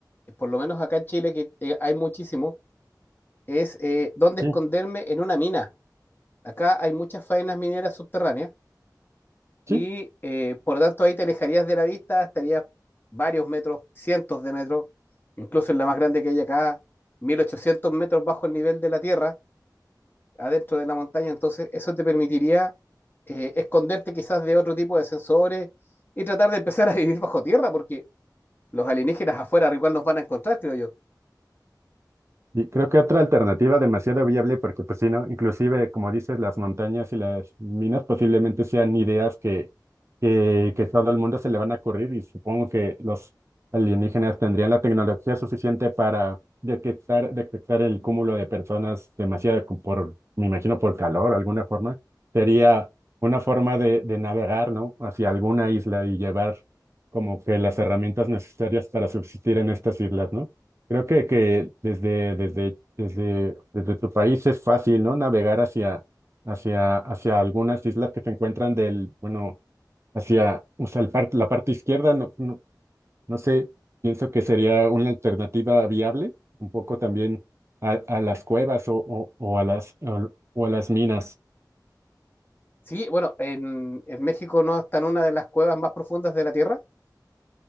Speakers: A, on the left; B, on the right.
A: por lo menos acá en Chile, que eh, hay muchísimo, es eh, dónde
B: Sí,
A: esconderme en una mina. Acá hay muchas faenas mineras subterráneas
B: sí,
A: y eh, por lo tanto ahí te alejarías de la vista, estarías varios metros, cientos de metros, incluso en la más grande que hay acá, 1800 metros bajo el nivel de la tierra, adentro de la montaña. Entonces eso te permitiría eh, esconderte quizás de otro tipo de sensores y tratar de empezar <laughs> a vivir bajo tierra, porque los alienígenas afuera igual nos van a encontrar, creo yo.
B: Y creo que otra alternativa demasiado viable, porque pues si no, inclusive, como dices, las montañas y las minas posiblemente sean ideas que, que, que todo el mundo se le van a ocurrir y supongo que los alienígenas tendrían la tecnología suficiente para detectar, detectar el cúmulo de personas demasiado co- por, me imagino, por calor, alguna forma. Sería una forma de, de navegar, ¿no? Hacia alguna isla y llevar como que las herramientas necesarias para subsistir en estas islas, ¿no? Creo que, que desde, desde, desde, desde tu país es fácil, ¿no? Navegar hacia, hacia, hacia algunas islas que se encuentran del, bueno, hacia, o sea, el par- la parte izquierda, no, no, no sé, pienso que sería una alternativa viable, un poco también a, a las cuevas o, o, o a las, o, o a las minas.
A: Sí, bueno, en, en México no está en una de las cuevas más profundas de la Tierra.